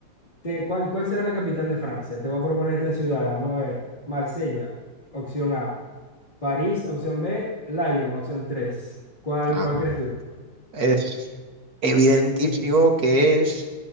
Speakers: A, on the left; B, on the right.
A: Te- ¿cuál, cuál será la capital de Francia? Te voy a proponer tres ciudades, vamos a ver. Marsella, opción A. París, opción B, Lyon, opción 3. ¿Cuál,
B: Ah,
A: cuál crees tú?
B: es evidentísimo que es,